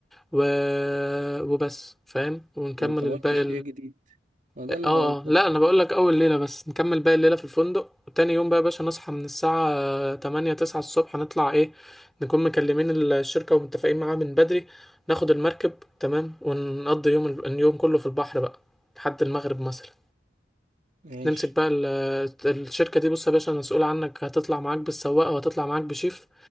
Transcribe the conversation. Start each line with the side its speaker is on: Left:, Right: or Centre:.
Centre: و... وبس فاهم ونكمل
Right: ما انت
Centre: الباقي
Right: ما قلتش شيء جديد ما ده
Centre: اه
Right: اللي
Centre: آه،
Right: انا قلته
Centre: لا انا بقول لك اول ليله بس نكمل باقي الليله في الفندق وتاني يوم بقى يا باشا نصحى من الساعه 8 9 الصبح نطلع ايه نكون مكلمين الشركه ومتفقين معاها من بدري ناخد المركب تمام ونقضي يوم اليوم كله في البحر بقى لحد المغرب مثلا
Right: ماشي
Centre: نمسك بقى ال- الشركه دي بص يا باشا مسؤول عنك هتطلع معاك بالسواق وهتطلع معاك بشيف